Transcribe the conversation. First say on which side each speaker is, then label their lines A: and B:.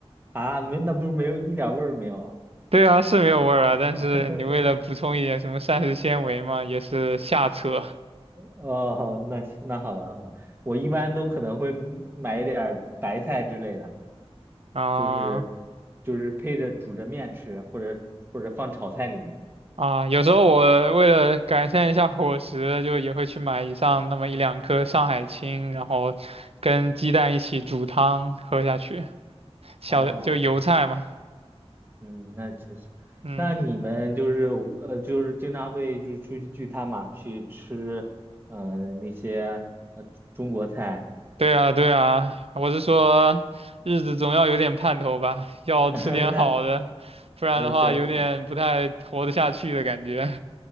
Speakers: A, on the right; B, on the right.
A: 啊，没，那不是没有一点味儿没有啊？
B: 对啊，是没有味儿啊，但是你为了补充一点什么膳食纤维嘛，
A: <laughs>
B: 也是瞎扯
A: 哦，那行那好吧，好吧，我一般都可能会买一点儿白菜之类的，
B: 啊
A: 就是就是配着煮着面吃，或者或者放炒菜里面。
B: 啊。有时候我为了改善一下伙食，就也会去买一上那么一两颗上海青，然后跟鸡蛋一起煮汤喝下去，小就油菜嘛，
A: 哦，嗯，那确实，
B: 嗯。
A: 那你们就是呃，就是经常会就是出去聚餐嘛，去吃呃那些呃中国菜。
B: 对啊，对啊，我是说，日子总要有点盼头吧，要吃点好的，
A: <laughs> 那
B: 不然的话有点不太活得下去的感觉。
A: 那确实，